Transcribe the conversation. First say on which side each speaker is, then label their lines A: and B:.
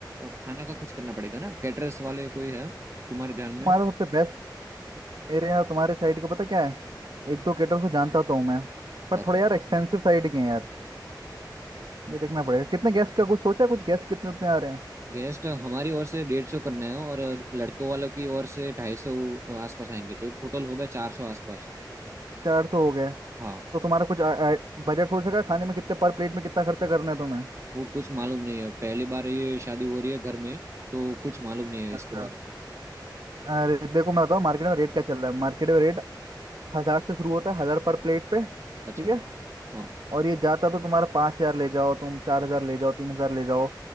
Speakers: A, on the right; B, on the right.
A: खाना का कुछ करना पड़ेगा ना कैटरर्स वाले कोई है तुम्हारे ध्यान में
B: हमारा सबसे बेस्ट मेरे यहाँ तुम्हारे साइड का पता क्या है एक दो केटर्स को जानता तो हूँ मैं पर
A: अच्छा
B: थोड़े यार एक्सपेंसिव साइड के हैं यार ये देखना पड़ेगा कितने गेस्ट का कुछ सोचा है? कुछ गेस्ट कितने उतने आ रहे हैं
A: गेस्ट हमारी ओर से डेढ़ सौ करना है और लड़कों वालों की ओर से ढाई सौ आसपास आएंगे तो टोटल होगा चार सौ आसपास
B: चार सौ हो गए
A: हाँ
B: तो तुम्हारा कुछ बजट सोच रखा है खाने में कितने पर प्लेट में कितना खर्चा करना है तुम्हें
A: वो कुछ मालूम नहीं है पहली बार ये शादी हो रही है घर में तो कुछ मालूम नहीं है
B: अच्छा
A: इसके बारे में
B: अरे देखो मैं बताऊँ मार्केट में रेट क्या चल रहा है मार्केट में रेट हज़ार से शुरू होता है हज़ार पर प्लेट पे ठीक
A: अच्छा
B: है
A: हाँ
B: और ये जाता तो तुम्हारा पाँच हज़ार ले जाओ तुम चार हज़ार ले जाओ तीन हज़ार ले जाओ